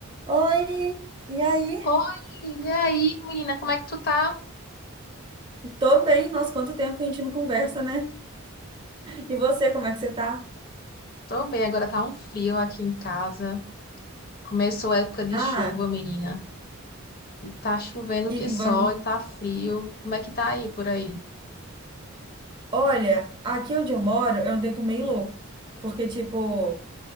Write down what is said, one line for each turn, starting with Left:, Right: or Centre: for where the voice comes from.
Right: Oi, e aí?
Left: Oi, e aí, menina, como é que tu tá?
Right: Tô bem, nossa, quanto tempo que a gente não conversa, né? E você, como é que você tá?
Left: Tô bem, agora tá um frio aqui em casa. Começou a época de
Right: Ah,
Left: chuva, menina. Tá chovendo
Right: e,
Left: que só
Right: e van-
Left: e tá frio. Como é que tá aí por aí?
Right: olha, aqui onde eu moro é um tempo meio louco, porque, tipo,